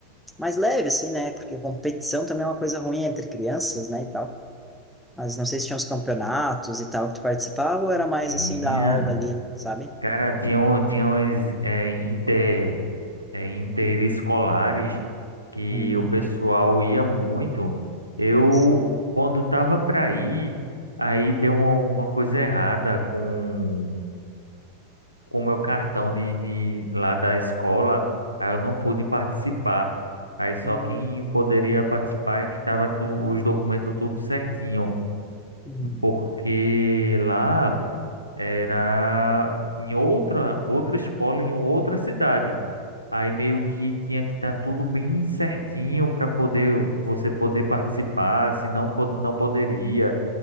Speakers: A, in the centre; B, on the left (about 85°).
A: mais leve, assim, né? Porque competição também é uma coisa ruim entre crianças, né, e tal. Mas não sei se tinha uns campeonatos e tal que tu participava ou era mais
B: Sim,
A: assim da aula ali, sabe?
B: Cara, tinha, um- tinha umas é, inter, é, interescolares que
A: Hum.
B: o pessoal ia muito. Eu,
A: Sim.
B: quando tava para ir, aí deu uma, uma coisa errada com com o meu cartão de, de lá da escola, aí eu não pude participar. Aí só
A: Hum,
B: quem poderia participar é que tava tu- os documentos tudo certinho,
A: hum,
B: porque lá era em outra, outra escola, em outra cidade. Aí meio que tinha que estar tudo bem certinho para poder você poder participar, senão po- não poderia.